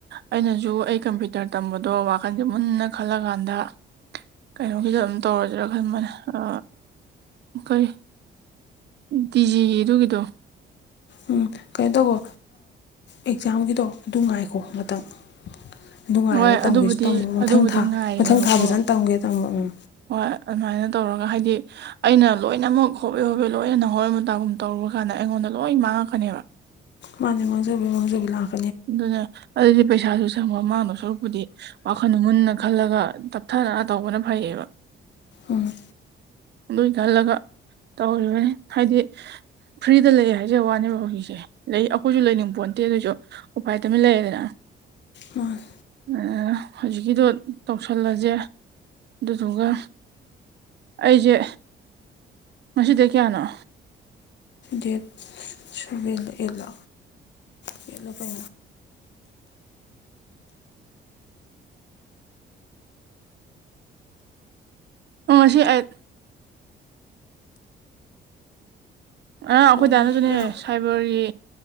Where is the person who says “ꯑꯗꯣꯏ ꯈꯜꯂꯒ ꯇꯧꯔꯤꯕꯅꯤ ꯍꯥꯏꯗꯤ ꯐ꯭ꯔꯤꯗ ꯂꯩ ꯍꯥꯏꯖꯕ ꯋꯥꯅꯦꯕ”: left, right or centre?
Right